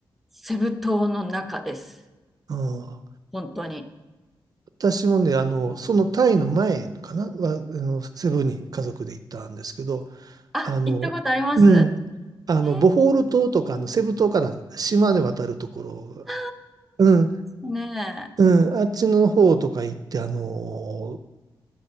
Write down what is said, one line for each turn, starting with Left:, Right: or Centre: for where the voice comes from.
Centre: セブ島の中です。
Right: うん。
Centre: 本当に。
Right: 私もね、あの、そのタイの前かなは、あの、セブンに家族で行ったんですけど、
Centre: あ、
Right: あの、
Centre: 行ったことあります
Right: うん。あの、
Centre: えー、
Right: ボホール島とか、あの、セブ島から島で渡るところ、
Centre: あ
Right: うん、
Centre: ーね
Right: うん、あっちの方とか行って、あの、